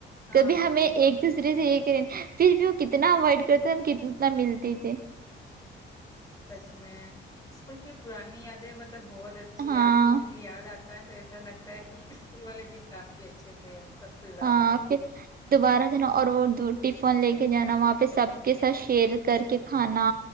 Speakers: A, on the left; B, on the right.
A: ہاں
B: کبھی ہمیں ایک دوسرے سے یہ کریں گے پھر بھی وہ کتنا اوائڈ کرتے تھے ہم کتنا ملتے تھے
A: سچ میں اسکول کی پرانی یادیں مطلب بہت اچھی
B: ہاں
A: ہے آج بھی مجھے یاد آتا تو ایسا لگتا ہے کہ اسکول والے دن کافی اچھے تھے سب سے زیادہ
B: ا پھر دوبارہ جو نا اور وہ تو ٹفن لے کے جانا وہاں پ سب کے ساتھ شیئر کر کے کھانا